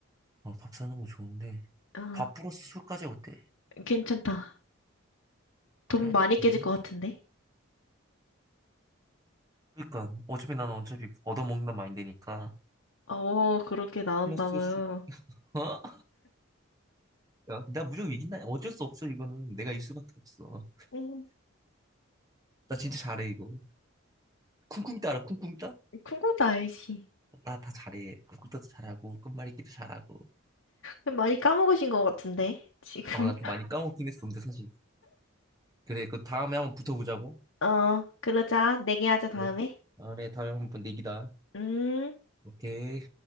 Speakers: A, on the right (about 15°); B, on the left (about 65°).
A: 어, 밥 사는 거 좋은데.
B: 어,
A: 밥 플러스 술까지 어때?
B: 괜찮다.
A: 그래?
B: 돈 많이 깨질
A: 괜찮아?
B: 것 같은데?
A: 그러니까 어차피 나는 어차피 얻어먹는다 마인드니까.
B: 어, 그렇게 나온다고요.
A: 플러스 술. 어? 야, 나 무조건 이긴다. 어쩔 수 없어 이거는. 내가 일 수밖에 없어.
B: 응
A: 나 진짜 잘해 이거. 쿵쿵따 라 쿵쿵따?
B: 음, 그도 알지.
A: 나 다 잘해. 쿵쿵따도 잘하고 끝말잇기도 잘하고.
B: 좀 많이 까먹으신 것 같은데, 지금.
A: 어, 나 좀 많이 까먹긴 했었는데 사실. 그래, 그 다음에 한번 붙어보자고.
B: <laughs> 어, 그러자. 내기하자, 다음에.
A: 그래. 다음에 다음에 한번 내기다.
B: 음.
A: 오케이.